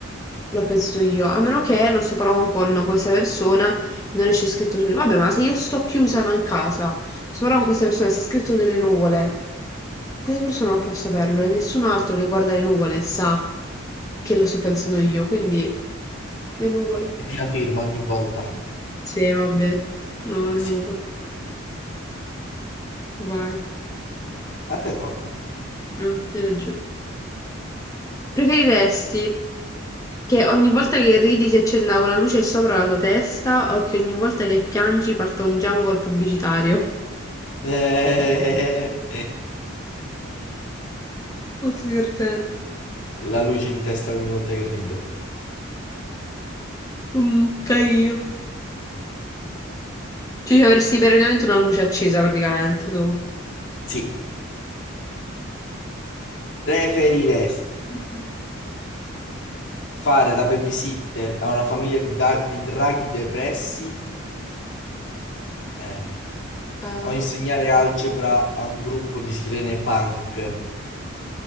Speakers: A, on the left (about 15°); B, on the left (about 60°).
A: Lo penso io, a meno che non sto parlando con questa persona e non esce scritto su Vabbè, ma se io sto chiusa non in casa, sto parlando con questa persona e sta scritto nelle nuvole, questa persona non può saperlo e nessun altro che guarda le nuvole sa che lo sto pensando io, quindi le nuvole.
B: Metti la firma ogni volta.
A: Sì, vabbè, no, le
B: sì.
A: nuvole. Vai,
B: A te tocca.
A: no, hai ragione. Preferiresti che ogni volta che ridi si accenda una luce sopra la tua testa o che ogni volta che piangi parta un jungle pubblicitario?
B: Eh,
A: Molto divertente.
B: la luce in testa ogni volta che rido.
A: Mm, carino. Cioè, ci avresti perennemente una luce accesa praticamente tu.
B: Sì. Preferiresti
A: <laughs>
B: fare da babysitter a una famiglia di, da- di draghi depressi Eh.
A: Eh,
B: o insegnare algebra a un gruppo di sirene punk?